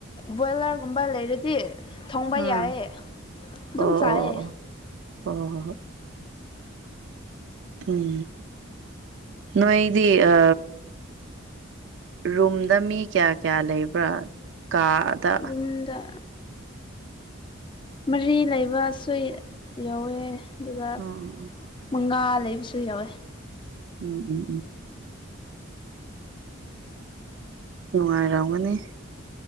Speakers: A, on the left; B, on the right.
A: ꯕꯣꯏꯂꯔꯒꯨꯝꯕ ꯂꯩꯔꯗꯤ ꯊꯣꯡꯕ
B: ꯎꯝ
A: ꯌꯥꯏꯑ ꯑꯗꯨꯝ
B: ꯑꯣ
A: ꯆꯥꯏꯌꯦ
B: ꯑꯣ ꯑꯣ ꯑꯣ ꯍꯣ ꯍꯣ ꯍꯣꯏ ꯎꯝ ꯅꯣꯏꯗꯤ ꯑ ꯔꯨꯝꯗ ꯃꯤ ꯀꯌꯥ ꯀꯌꯥ ꯂꯩꯕ꯭ꯔꯥ ꯀꯥꯗ
A: ꯌꯨꯝꯗ ꯃꯔꯤ ꯂꯩꯕꯁꯨ ꯌꯥꯎꯋꯦ ꯑꯗꯨꯒ
B: ꯎꯝ
A: ꯃꯉꯥ ꯂꯩꯕꯁꯨ ꯌꯥꯎꯋꯦ
B: ꯎꯝ ꯎꯝ ꯎꯝ ꯅꯨꯡꯉꯥꯏꯔꯝꯒꯅꯤ